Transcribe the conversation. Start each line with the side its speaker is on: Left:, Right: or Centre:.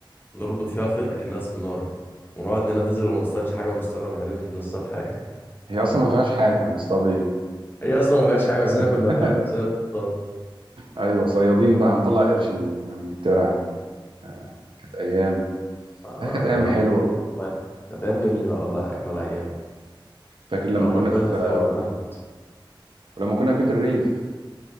Left: نربط فيها خيط اكنها سناره ونقعد ننزل وما نصطادش حاجه ونستغرب احنا ليه مش بنصطاد حاجه
Right: هي اصلا ما فيهاش حاجه هنصطاد ايه
Left: <laughs> هي اصلا ما فيهاش حاجه بس انا كنا
Right: <laughs>
Left: بنعمل نفسنا بنصطاد
Right: ايوه صيادين بقى هنطلع قرش من من الترعه دي آه، كانت ايام
Left: آه،
Right: آه، كانت
Left: لا،
Right: ايام
Left: ولما
Right: حلوه
Left: كبرنا طيب كانت أيام جميلة والله أجمل أيام
Right: فاكر لما
Left: ولما
Right: كنا
Left: كبرنا
Right: في
Left: سوا
Right: آه،
Left: <laughs>
Right: بيت
Left: إحنا كنا
Right: ولما كنا في بيت الريف